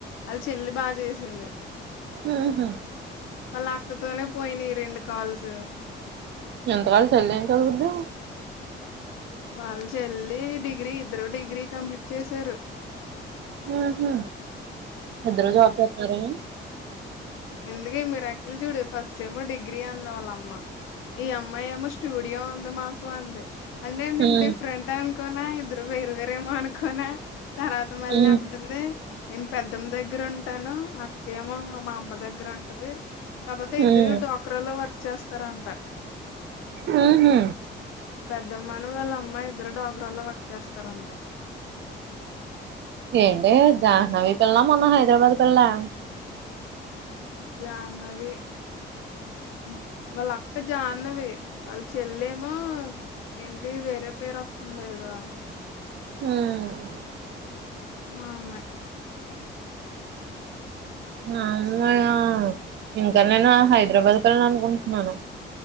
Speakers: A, on the left; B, on the right.
A: వాళ్ళ చెల్లి బాగా చేసింది
B: ఉహు
A: వాళ్ళ అక్కతోనే పోయినయి రెండు కాల్స్
B: ఇంత వాళ్ళ చెల్లెం చదువుద్ది
A: వాళ్ళ చెల్లి డిగ్రీ ఇద్దరు డిగ్రీ కంప్లీట్ చేసారు
B: ఆహా ఇద్దరూ జాబ్ చెత్తారా
A: ఎందుకే మిరాకిల్ చూడూ ఫస్టమో డిగ్రీ అంది ఆలమ్మ ఈ అమ్మాయేమో స్టూడియో ఉంది మాకు అంది అంటే
B: ఉమ్
A: నేన్ డిఫరెంట్ అని కోనా ఇద్దరు వేరు వేరేమోనుకోనా తర్వాత మళ్ళంటుంది
B: ఉమ్
A: నేను పెద్ ద్దం దగ్గరుంటాను అక్కేమో మా మామా దగ్గరుంటది కాకపోతే
B: ఉమ్
A: ఇద్దరు డాక్ర లో వర్క్ చేస్తారంట
B: ఉహు
A: ద మను వాళ్ళ అమ్మాయి ఇద్దరు డాగ్రాల్లో వర్క్ చేస్తారంట
B: ఏంటి జాహ్నవి పిల్ల మొన్న హైదరాబాద్ పిల్లా
A: జాహ్నవి ఉ వాళ్ళక్క జాన్నవీ వాళ్ళ చెల్లేమో ఇంటి వేరే పేరొత్తుంది కదా
B: ఉమ్
A: ఆ అమ్మాయ్
B: ఆ అమ్మాయా ఇంకా నేను హైదరాబాద్ పిళ్లనుకుంటున్నాను